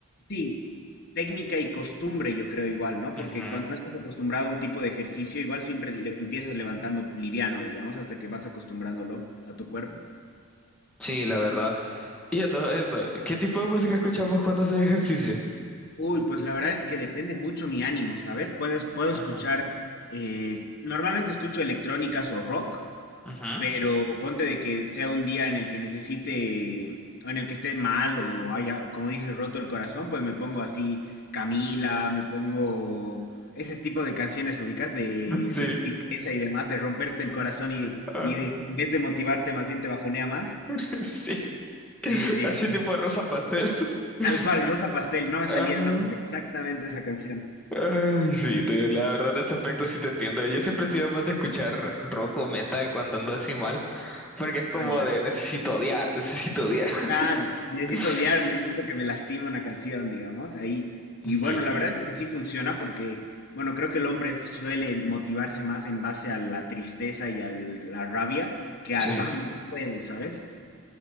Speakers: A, on the left; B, in the centre.
A: sí, técnica y costumbre, yo creo igual, ¿no? Porque
B: Ujú.
A: cuando no estás acostumbrado a un tipo de ejercicio, igual siempre le- empiezas levantando liviano, digamos, hasta que vas acostumbrándolo a tu cuerpo.
B: Sí, la verdad. Y a todo eso, ¿qué tipo de música escuchamos cuando haces ejercicio?
A: Uy, pues la verdad es que depende mucho mi ánimo, ¿sabes? Puedes, puedo escuchar,
B: Ujú,
A: eh, normalmente escucho electrónicas o rock,
B: ujú.
A: pero ponte de que sea un día en el que necesite, o en el que esté mal o haya, como dices, roto el corazón, pues me pongo así Camila, me pongo ese tipo de canciones ubicas de,
B: Sí,
A: de tristeza y demás, de romperte el corazón y,
B: ah,
A: y de, en vez de motivarte, más bien te bajonea más.
B: <laughs> sí,
A: Sí, sí,
B: así
A: así.
B: tipo rosa pastel. <laughs>
A: Tal cual, Rosa Pastel, no me
B: Ajá.
A: salía el nombre, exactamente esa canción.
B: Ay, sí, te- la verdad en ese aspecto sí te entiendo. Yo siempre he sido más de escuchar rock o metal cuando ando así mal, porque es como
A: Ah, ya.
B: de necesito odiar, necesito odiar.
A: Claro, necesito
B: <laughs>
A: odiar, necesito que me lastime una canción, digamos, ahí. Y
B: Ujú,
A: bueno, la verdad es que sí funciona porque, bueno, creo que el hombre suele motivarse más en base a la tristeza y a la rabia que al
B: Sí.
A: vamos, puedes, ¿sabes?